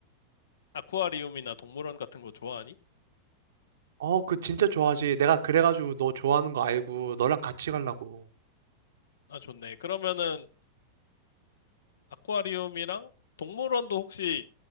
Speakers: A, on the left (about 65°); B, on the right (about 60°).
A: 아쿠아리움이나 동물원 같은 거 좋아하니?
B: 어, 그 진짜 좋아하지. 내가 그래가지고 너 좋아하는 거 알고 너랑 같이 가려고.
A: 아, 좋네. 그러면은 아쿠아리움이랑 동물원도 혹시